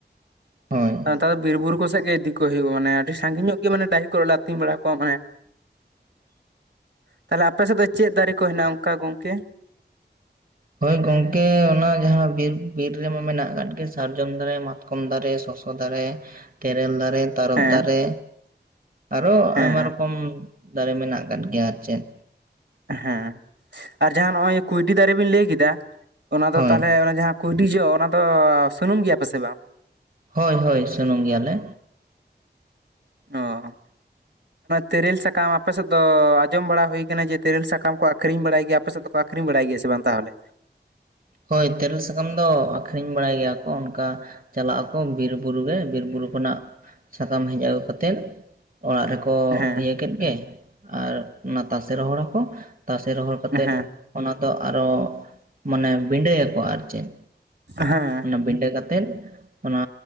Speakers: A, on the right (about 55°); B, on the right (about 75°).
A: ᱦᱳᱭ
B: ᱱᱮᱛᱟᱨ ᱫᱚ ᱵᱤᱨᱵᱩᱨᱩ ᱠᱚ ᱥᱮᱫ ᱜᱮ ᱤᱫᱤ ᱠᱚ ᱦᱩᱭᱩᱜᱼᱟ ᱢᱟᱱᱮ ᱟᱹᱰᱤ ᱥᱟᱺᱜᱤᱧ ᱧᱚᱜ ᱜᱮ ᱢᱟᱱᱮ ᱰᱟᱹᱦᱤ ᱠᱚᱨᱮ ᱞᱮ ᱟᱹᱛᱤᱧ ᱵᱟᱲᱟ ᱠᱚᱣᱟ ᱢᱟᱱᱮ
A: <inaudible>
B: ᱛᱟᱦᱚᱞᱮ ᱟᱯᱮ ᱥᱮᱫ ᱫᱚ ᱪᱮᱫ ᱫᱟᱨᱮ ᱠᱚ ᱦᱮᱱᱟᱜᱼᱟ ᱚᱱᱠᱟ ᱜᱚᱝᱠᱮ?
A: ᱦᱳᱭ ᱜᱚᱝᱠᱮ ᱚᱱᱟ ᱡᱟᱦᱟᱸ ᱵᱤᱨ ᱵᱤᱨ ᱨᱮᱢᱟ ᱢᱮᱱᱟᱜ ᱟᱠᱟᱫ ᱜᱮ ᱥᱟᱨᱡᱚᱢ ᱫᱟᱨᱮ, ᱢᱟᱛᱠᱚᱢ ᱫᱟᱨᱮ, ᱥᱚᱥᱚ <unintelligible> ᱫᱟᱨᱮ, ᱛᱮᱨᱮᱞ ᱫᱟᱨᱮ ᱛᱟᱨᱚᱚᱵ
B: ᱦᱮᱸ
A: ᱫᱟᱨᱮ, ᱟᱨᱚ
B: ᱦᱮᱸ
A: ᱟᱭᱢᱟ ᱨᱚᱠᱚᱢ ᱫᱟᱨᱮ ᱢᱮᱱᱟᱜ ᱟᱠᱟᱫ ᱜᱮᱭᱟ ᱟᱨ ᱪᱮᱫ
B: ᱦᱮᱸ ᱟᱨ ᱡᱟᱦᱟᱸ ᱱᱚᱜ-ᱚᱭ ᱠᱩᱭᱴᱤ ᱫᱟᱨᱮ ᱵᱤᱱ ᱞᱮ ᱠᱮᱫᱟ ᱚᱱᱟ ᱫᱚ
A: ᱦᱳᱭ
B: ᱛᱟᱦᱞᱮ ᱚᱱᱟ ᱡᱟᱦᱟᱸ ᱠᱩᱭᱰᱤ ᱡᱚ ᱚᱱᱟ ᱫᱚ ᱥᱩᱱᱩᱢ ᱜᱮᱭᱟ ᱯᱮᱥᱮ ᱵᱟᱝ
A: ᱦᱳᱭ ᱦᱳᱭ ᱥᱩᱱᱩᱢ ᱜᱮᱭᱟᱞᱮ <inaudible>
B: ᱚ
A: <unintelligible>
B: ᱛᱮᱨᱮᱞ ᱥᱟᱠᱟᱢ ᱟᱯᱮ ᱥᱮᱫ ᱫᱚ ᱟᱸᱡᱚᱢ ᱵᱟᱲᱟ ᱦᱳᱭ ᱠᱟᱱᱟ, ᱡᱮ ᱛᱮᱨᱮᱞ ᱥᱟᱠᱟᱢ ᱠᱚ ᱟᱠᱷᱨᱤᱧ ᱵᱟᱲᱟᱭ ᱜᱮᱭᱟᱯᱮ ᱥᱮᱫ ᱫᱚᱠᱚ ᱟᱹᱠᱷᱨᱤᱧ ᱵᱟᱲ ᱜᱮᱭᱟ ᱥᱮ ᱵᱟᱝ ᱛᱟᱦᱚᱞᱮ
A: ᱦᱳᱭ ᱛᱮᱨᱮᱞ ᱥᱟᱠᱟᱢ ᱫᱚ ᱟᱠᱷᱨᱤᱧ ᱵᱟᱲᱟᱭ ᱜᱮᱭᱟ ᱠᱚ ᱚᱱᱠᱟ ᱪᱟᱞᱟᱜ ᱟᱠᱚ ᱵᱤᱨ ᱵᱩᱨ ᱜᱮ ᱵᱤᱨ ᱵᱩᱨᱩ ᱠᱷᱚᱱᱟᱜ ᱥᱟᱠᱟᱢ ᱦᱮᱡ ᱟᱹᱜᱩ ᱠᱟᱛᱮᱫ ᱚᱲᱟᱜ ᱨᱮᱠᱚ ᱠᱚ
B: ᱦᱮᱸ
A: ᱤᱭᱟᱹ ᱠᱮᱫ ᱜᱮ ᱟᱨ ᱚᱱᱟ ᱛᱟᱥᱮ ᱨᱚᱦᱚᱲ ᱟᱠᱚ ᱛᱟᱥᱮ ᱨᱚᱦᱚᱲ ᱠᱟᱛᱮᱫ
B: ᱦᱮᱸ
A: ᱚᱱᱟ ᱫᱚ ᱟᱨᱚ ᱢᱟᱱᱮ ᱵᱤᱰᱟᱹᱭᱟᱠᱚ ᱟᱨ ᱪᱮᱫ
B: ᱦᱮᱸ
A: ᱚᱱᱟ ᱵᱤᱰᱟᱹ ᱠᱟᱛᱮᱫ ᱚᱱᱟ